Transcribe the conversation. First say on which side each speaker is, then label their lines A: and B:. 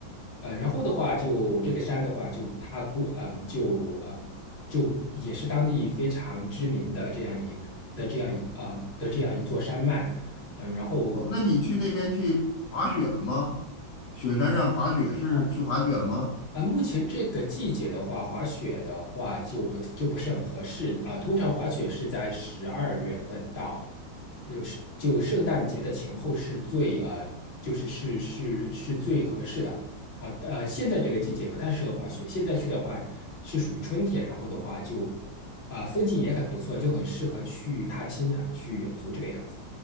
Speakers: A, on the left; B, on the left.
A: 呃，然后的话就这个山的话就，它估，嗯，就嗯就也是当地非常知名的这样一的这样一啊、的这样一座山脉，嗯，然后。
B: 哦，那你去那边去滑雪了吗？雪山上滑雪是去滑雪了吗？
A: 哦。啊，目前这个季节的话，滑雪的话就不就不是很合适啊。通常滑雪是在十二月份到，有是就圣诞节的前后是最呃，就是是是是最合适的啊。呃，现在这个季节不太适合滑雪，现在去的话是属于春天，然后的话就啊，风景也很不错，就很适合去踏青呀、去远足这个样子。